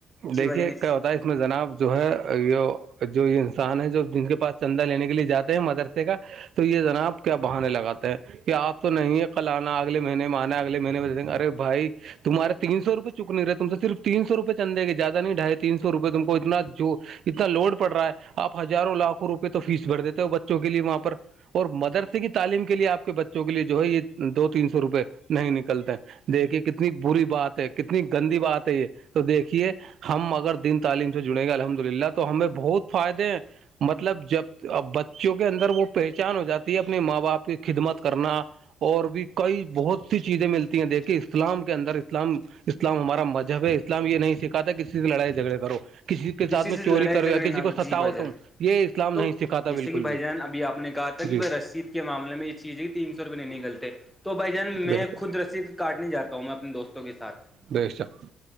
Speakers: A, in the centre; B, on the right (about 65°).
A: جی
B: دیکھیے
A: بھائی جان ایک
B: کیا ہوتا ہے اس میں جناب جو ہے یہ جو یہ انسان ہے جو جن کے پاس چندا لینے کے لیے جاتے ہیں مدرسے کا تو یہ جناب کیا بہانے لگاتے ہیں کیا آپ تو نہیں ہے کل آنا اگل مہینے میں آنا اگلے مہینے میں دھیںے ارے بھائی تمہارے تین سوپ چک رہےم سے صرف تین سو روپئے چندے گےیادہ نہیں ڈھائی تین سو روپئے تم کو اتنا جو اتنا لوڈ پڑ رہا ہے آپ ہزاروں لاکھوں روپئے تو فیس بھر دیتے ہو بچوں کے لیے وہاں پر اور مدرسے کی تعلیم کے لیے آپ کے بچوں کے لیے جو ہے یہ دو تین سو روپئے نہیں نکلتے دیکھیے کتنی بری بات ہے کتنی گندی بات ہے یہ تو دیکھیے ہم اگر دن تعلیم سے جڑیں گے الحمد للہ تو ہمیں بہت فائدے ہیں مطلب جب بچوں کے اندر وہ پہچان ہو جاتی ہے اپنے ماں باپ کی خدمت کرنا اور بھی کئی بہت س چیزیں ملتی ہیں دیکھ کہ اسلام کے اندر اسلام اسلام ہمارا مذہب ہے اسلام یہ نہیں سکھاتا کسی سے لڑائی جھگڑے کرو کسی کے ساتھ میں
A: سے لڑائی
B: چوری کروں
A: جھگڑے
B: یا کسی
A: نہ
B: کو ستاوت
A: جی بھائی جان
B: ہوں یہ اسلام
A: تو
B: نہیں سکھاتا
A: جیسے
B: بالکل
A: کہ بھائی
B: بھی
A: جان ابھی آپ نے کہا کہ
B: جی
A: بھائی رسید کے معامل میں یہ چیز ہے تین سو روپئے نہیں نکلتے تو بھائی جان میں
B: بہتر
A: خود رشسید کاٹنے جاتا ہوں میں اپنے دوستوں کے ساتھ
B: بے شک